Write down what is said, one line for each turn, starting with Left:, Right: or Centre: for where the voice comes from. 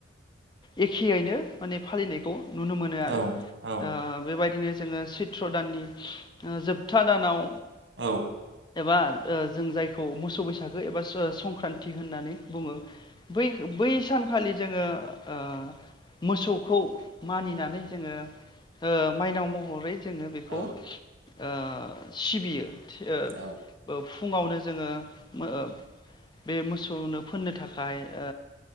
Left: एखेयैनो माने फालिनायखौ नुनो मोनो आरो
Right: औ औ
Left: ओ बेबायदिनो जोङो सैथ्र दाननि ओ जोबथा दानाव
Right: औ
Left: एबा ओ जों जायखौ मोसौ बैसागो एबा सं संक्रान्ति होननानै बुङो बै बै सानखालि जोङो ओ मोसौखौ मानिनानै जोङो ओ माइनाव महरै जोङो बेखौ
Right: औ
Left: ओ सिबियो सि ओब
Right: औ
Left: बोब फुङावनो जोङो बे मोब मोसौनो फोननो थाखाय ओ